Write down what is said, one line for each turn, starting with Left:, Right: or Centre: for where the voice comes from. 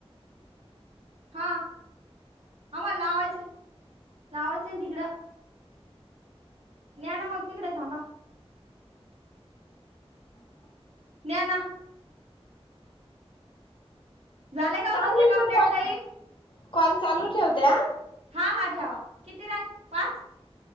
Right: हा आम्हाला लावायचं लावायचं तिकडं. न्हान मग तिकडे थांबा. द्या ना. झालं का. तुमचे
Left: म
Right: कंप्लेट
Left: कॉल
Right: ताई
Left: कॉल चालू ठ होते.
Right: हा हा ठेवा किती रा पाच.